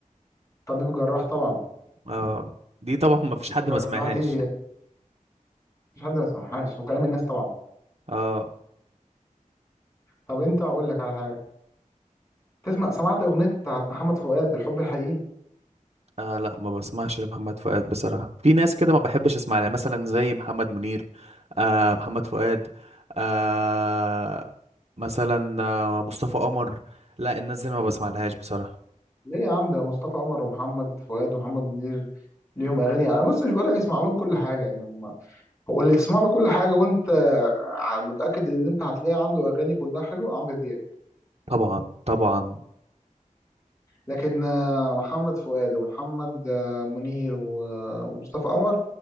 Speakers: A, on the left; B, on the right.
A: طبيب جراح طبعا
B: اه دي طبعا ما فيش حد
A: جراح
B: ما سمعهاش
A: دي مفيش حد ما سمعهاش وكلام الناس طبعا
B: اه
A: طب انت هقول لك على حاجه تسمع سمعت اغنيه بتاعت محمد فؤاد الحب الحقيقي
B: آه لا ما بسمعش لمحمد فؤاد بصراحة في ناس كده ما بحبش اسمع لها مثلا زي محمد منير آه محمد فؤاد آه مثلا آه مصطفى قمر لا الناس دي أنا ما بسمع لهاش بصراحة
A: ليه يا عم ده مصطفى قمر ومحمد فؤاد ومحمد منير ليهم اغاني انا بص مش بقول لك اسمع لهم كل حاجه يعني هم هو اللي تسمع له كل حاجه وانت ع- متاكد ان انت هتلاقي عنده اغاني كلها حلوه عمرو دياب
B: طبعا طبعا
A: لكن آه، محمد فؤاد ومحمد آه، منير و- ومصطفى قمر